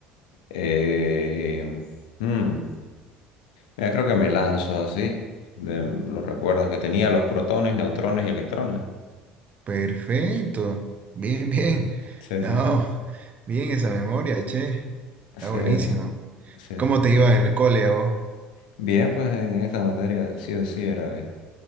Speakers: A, on the left; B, on the right.
A: Eh, mm, mira, creo que me lanzo así, de los recuerdos que tenía, los protones, neutrones y electrones.
B: Perfecto, bien, bien.
A: Ujú.
B: <laughs>
A: Sí,
B: No,
A: sí, sí.
B: bien esa memoria, che. Está
A: Sí,
B: buenísimo.
A: sí. Sí,
B: ¿Cómo
A: sí, sí.
B: te iba en el cole a vos?
A: Bien, pues en esta materia sí o sí era B.